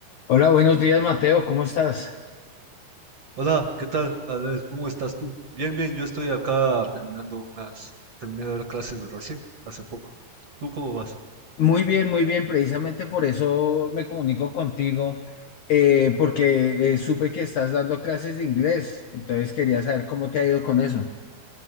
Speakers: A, on the left; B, on the right.
A: Hola, buenos días, Mateo, ¿cómo estás?
B: Hola, ¿qué tal? A ¿cómo estás tú? Bien, bien, yo estoy acá terminando unas, terminé de dar clases de recién, hace poco. ¿Tú cómo vas?
A: Muy bien, muy bien, precisamente por eso me comunico contigo, eh, porque eh, supe que estás dando clases de inglés, entonces quería saber cómo te ha ido con eso.